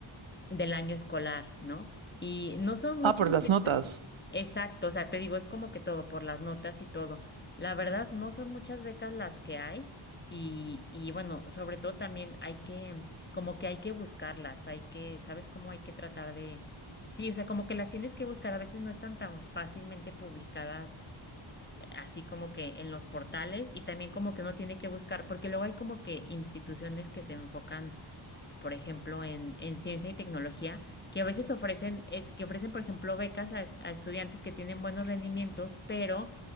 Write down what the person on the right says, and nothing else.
Ah, por las
notas.